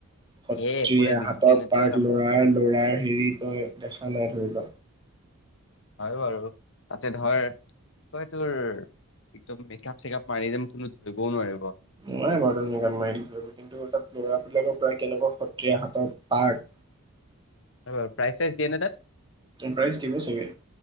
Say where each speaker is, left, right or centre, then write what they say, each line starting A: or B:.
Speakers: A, on the right; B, on the left.
A: সত্ৰীয়া
B: এ একো নাই ডিচিপ্লিনতে
A: হাতৰ পাক
B: ওলাম
A: লৰাৰ- লৰাৰ হেৰি তই দেখা নাই ধৰি ল'
B: হয়', বাৰু তাতে ধৰ কি কয় তোৰ একদম মেকাপ-চেকাপ মাৰি যাম কোনো ধৰিবও নোৱাৰিব।
A: নোৱাৰে বাৰু মেকআপ মাৰি থাকিবলৈ কিন্তু তাত ল'ৰাবিলাকৰ প্ৰায় কেনেকুৱা সত্ৰীয়া হাতৰ পাক।
B: প্ৰাইজ চাইজ দিয়ে নে তাত?
A: প্ৰাইজ দিব চাগে,